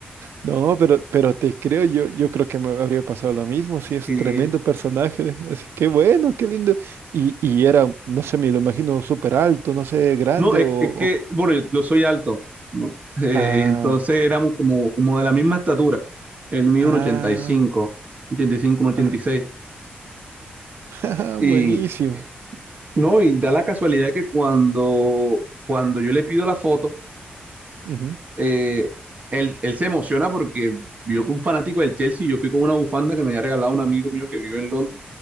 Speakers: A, on the right; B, on the right.
A: no, pero, pero te creo, yo, yo creo que me habría pasado lo mismo, sí, es
B: Y
A: tremendo personaje, así que bueno, qué lindo. Y, y era, no sé, me lo imagino súper alto, no sé, grande
B: no, es,
A: o... o-
B: es que, bueno, yo, yo soy alto, ¿no? Eh,
A: ah,
B: entonces éramos como, como de la misma estatura. Él mide
A: ah,
B: un 85, 85, un 86.
A: ah, <laughs> jaja,
B: Y
A: buenísimo.
B: seis. Y no, y da la casualidad que cuando, cuando yo le pido la foto,
A: Ujú,
B: eh, él, él se emociona porque vio que un fanático del Chelsea, yo fui con una bufanda que me había regalado un amigo mío que vive en Londres,